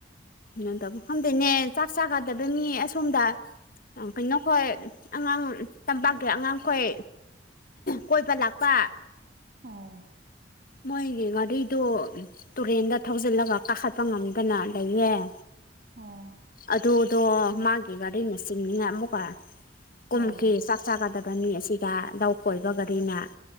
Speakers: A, on the left; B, on the right.
A: ꯀꯝ ꯇ ꯈꯪꯗꯣꯏꯅꯦ ꯆꯥꯛ ꯆꯥꯒꯗꯕ ꯃꯤ ꯑꯁꯣꯝꯗ ꯀꯣꯏ ꯅꯈꯣꯏ ꯑꯉꯥꯡ ꯇꯝꯄꯥꯛꯀꯤ ꯑꯉꯥꯡꯈꯣꯏ ꯀꯣꯏꯕ ꯂꯥꯛꯄ
B: ꯑꯣ
A: ꯃꯣꯏꯒꯤ ꯉꯗꯩꯗ ꯇꯨꯔꯦꯟꯗ ꯊꯧꯖꯤꯜꯂꯒ ꯀꯥꯈꯠꯄ ꯉꯝꯗꯅ ꯂꯩꯌꯦꯦ
B: ꯑꯣ
A: ꯑꯗꯨꯗꯣ ꯃꯥꯒꯤ ꯒꯥꯔꯤꯅꯆꯤꯡꯅꯤꯅ ꯑꯃꯨꯛꯀ ꯀꯨꯝꯈꯤ
B: ꯑꯣ
A: ꯆꯥꯒꯗꯕ ꯃꯤ ꯑꯁꯤꯗ ꯂꯧ ꯀꯣꯏꯕ ꯒꯥꯔꯤꯅꯦꯡꯅ